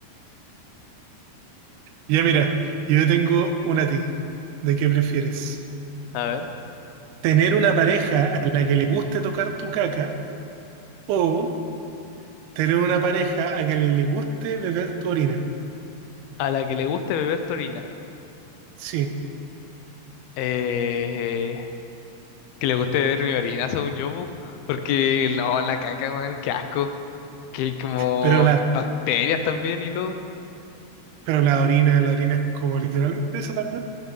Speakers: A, on the right; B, on the left.
A: Ya mira, yo tengo una a ti. ¿De qué prefieres?
B: A ver.
A: ¿Tener una pareja a la que le guste tocar tu caca o tener una pareja a la que le, le guste beber tu orina?
B: A la que le guste beber tu orina.
A: Sí,
B: Eh, que le guste beber mi orina, según yo, po. Porque, no, la caca, weón, qué asco. Que hay como
A: pero las
B: bacterias también y todo.
A: Pero la orina, la orina es como literalmente eso también.